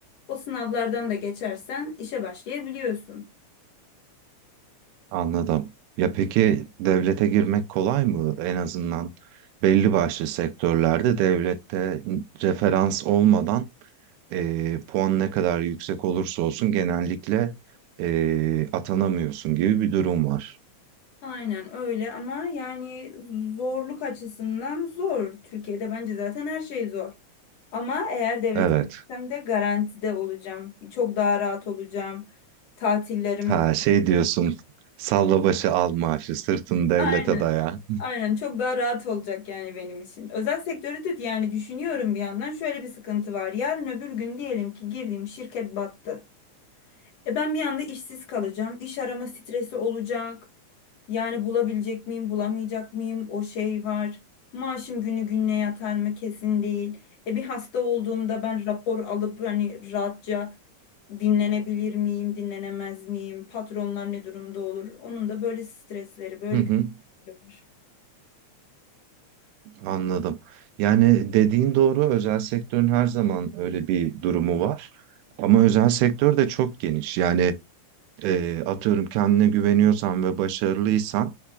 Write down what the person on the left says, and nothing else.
O sınavlardan da geçersen işe başlayabiliyorsun.
Aynen öyle ama yani zorluk açısından zor. Türkiye'de bence zaten her şey zor. Ama eğer devlete
gitsem de garantide olacağım. Çok daha rahat olacağım. Tatillerim
olur.
Aynen.
Aynen çok daha rahat olacak yani benim için. Özel sektörü de yani düşünüyorum bir yandan şöyle bir sıkıntı var. Yarın öbür gün diyelim ki girdiğim şirket battı. E ben bir anda işsiz kalacağım. İş arama stresi olacak. Yani bulabilecek miyim, bulamayacak mıyım? O şey var. Maaşım günü gününe yatar mı kesin değil. E bir hasta olduğumda ben rapor alıp hani rahatça dinlenebilir miyim, dinlenemez miyim? Patronlar ne durumda olur? Onun da böyle stresleri, böyle
gündemleri var.